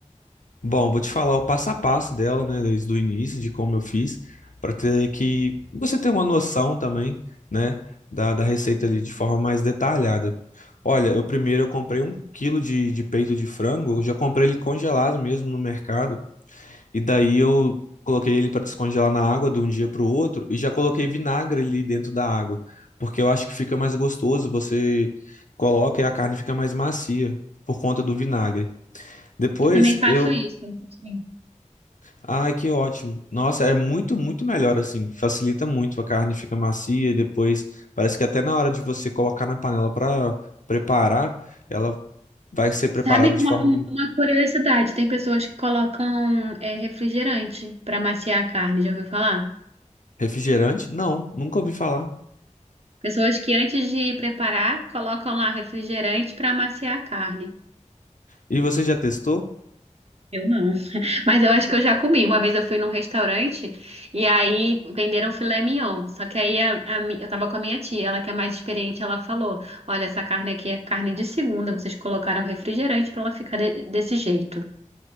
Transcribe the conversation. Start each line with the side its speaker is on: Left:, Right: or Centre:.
Left: Bom, vou te falar o passo a passo dela, né, desde o início, de como eu fiz, para ter que você ter uma noção também, né, da, da receita ali de forma mais detalhada. Olha, eu primeiro eu comprei um quilo de, de peito de frango, eu já comprei ele congelado mesmo no mercado, e daí eu coloquei ele para descongelar na água de um dia para o outro, e já coloquei vinagre ali dentro da água, porque eu acho que fica mais gostoso, você coloca e a carne fica mais macia por conta do vinagre. Depois
Right: Eu também faço
Left: eu
Right: isso. Sim.
Left: Ai, que ótimo. Nossa, é muito, muito melhor assim. Facilita muito, a carne fica macia e depois parece que até na hora de você colocar na panela para preparar, ela vai ser preparada
Right: Sabe
Left: de
Right: uma,
Left: forma
Right: uma curiosidade? Tem pessoas que colocam é, refrigerante para maciar a carne, já ouviu falar?
Left: refrigerante? Não, nunca ouvi falar.
Right: Pessoas que antes de preparar, colocam lá refrigerante para maciar a carne.
Left: E você já testou?
Right: Eu não. <laughs> Mas eu acho que eu já comi. Uma vez eu fui num restaurante e aí venderam filé mignon. Só que aí a- a mi- eu tava com a minha tia, ela que é mais experiente, ela falou: Olha, essa carne aqui é carne de segunda, vocês colocaram refrigerante pra ela ficar de- desse jeito.